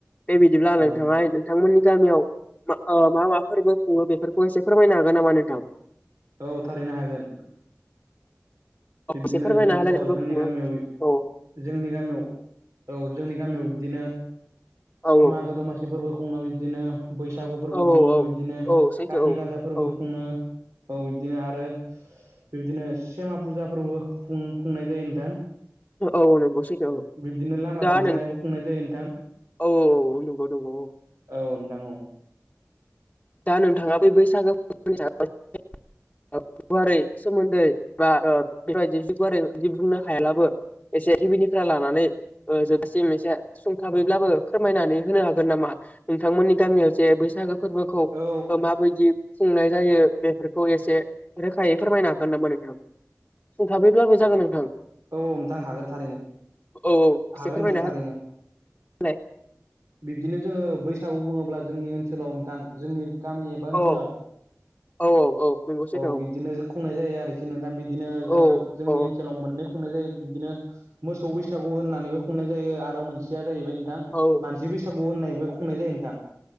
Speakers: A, on the left; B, on the right.
A: दे बिदिब्ला
B: औ
A: नोंथाङाय नोंथांमोननि गामियाव मा माफोरबो खुङो बेफोरखौ एसे फोरमायनो हागोन नामा नोंथां?
B: औ थारैनो हागोन। बिब्दिनो
A: एसे फोरमायना
B: जोंथ'
A: होलाय फोरबो
B: जोंनि
A: खुङो
B: गामियाव
A: औ
B: जोंनि गामियाव औ जोंनि गामियाव बिदिनो
A: औ
B: मागो दमासि फोरबो खुङो बिदिनो बैसागु फोरबो
A: औ
B: खुङो
A: औ
B: बिदिनो
A: औ सैथो
B: कति
A: औ
B: गाजा फोरबो
A: औ
B: खुङो। औ बिब्दिनो आरो बिबदिनो सेमा फुजाफोरबो खुंनाय जायो नोंथां।
A: औ नंगौ सैथो। औ
B: बिबदिनो लामा
A: दा
B: दानथेनायबो
A: नों
B: खुंनाय जायो नोंथां
A: औ औ औ नंगौ नंगौ औ
B: औ। दङ।
A: दा नोंथाङा बै बैसागो फोरनि <unintelligible> गुवारै सोमोन्दै बा बेबायदि गुवारैदि बुंनो हायालाबो एसे गुदिनिफ्राय लानानै जोबसिम एसे सुंथाबैब्लाबो फोरमायनानै होनो हागोन नामा। नोंथांमोननि गामियाव जे बैसागो फोरबोखौ
B: औ
A: माबायदि खुंनाय जायो बेफोरखौ एसे रोखायै फोरमायनो हागोन नाामा नोंथां। सोंथाबैब्लाबो जागोन नोंथां।
B: औ औ नोंथां हागोन थारैनो
A: औ एसे
B: हागोन
A: फोरमायना
B: नोंथां थारैनो।
A: होलाय
B: बिब्दिनो जोङो बैसागु बुङोब्ला जोंनि ओनसोलाव नोंथां जोंनि। गामि एबा ओनसोलाव
A: औ औ औ नंगौ सैथो
B: औ बिदिनो खुंनाय जायो आरोखि नोंथां बिदिनो
A: औ
B: जोङो जोंनि
A: औ
B: ओनसोलाव मोननै। खुंनाय जायो बिदिनो मोसौ बैसागु होननानैबो खुंनाय जायो आरो मोनसेया जाहैबाय नोंथां
A: औ
B: मानसि बैसागु होननायबो खुंनाय जायो नोंथां।